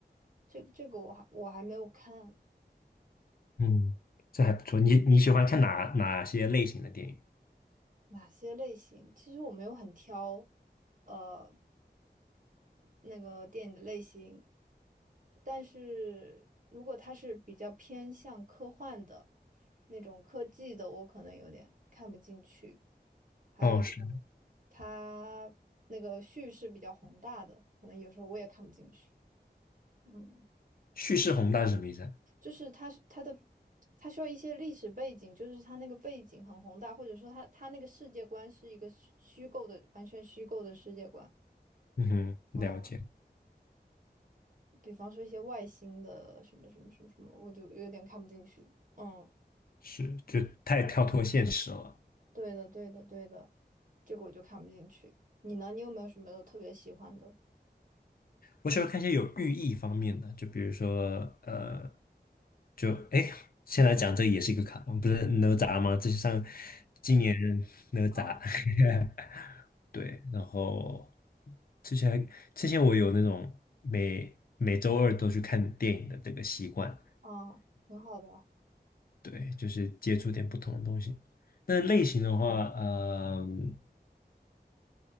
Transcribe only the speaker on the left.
嗯，这还不错。你你喜欢看哪哪些类型的电影？
哦，是
叙事宏大是什么意思啊
嗯哼，了解，
是就太跳脱现实了。
我喜欢看一些有寓意方面的，就比如说呃，就哎，现在讲这也是一个卡通，不是哪吒吗？这是上今年哪吒，
<laughs> 对，然后之前还之前我有那种每每周二都去看电影的这个习惯，
对，就是接触点不同的东西。那类型的话，嗯，